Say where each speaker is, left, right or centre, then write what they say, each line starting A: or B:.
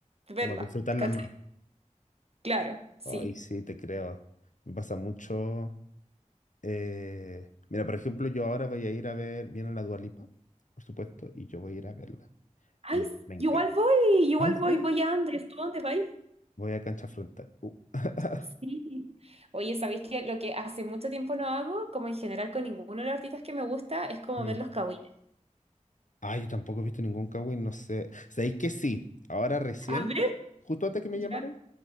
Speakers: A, on the right; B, on the left.
A: verla,
B: Como disfrutarla
A: ¿cachai?
B: más.
A: Claro, sí.
B: Ay, sí, te creo. Me pasa mucho. eh, Mira, por ejemplo, yo ahora voy a ir a ver, viene la Dua Lipa, por supuesto, y yo voy a ir a verla.
A: Ay,
B: Y me encanta.
A: igual voy, igual
B: ¿Ah, en serio?
A: voy, voy a Andes, ¿tú a dónde vas?
B: Voy a Cancha Frontal. Uh, <laughs>
A: Sí. Oye, ¿sabéis que lo que hace mucho tiempo no hago, como en general con ninguno de los artistas que me gusta, es como
B: mm.
A: ver los kawines?
B: Ah, yo tampoco he visto ningún Kawin, no sé. ¿Sabéis que sí? Ahora recién,
A: A ver,
B: justo antes que me
A: ya,
B: llamaran,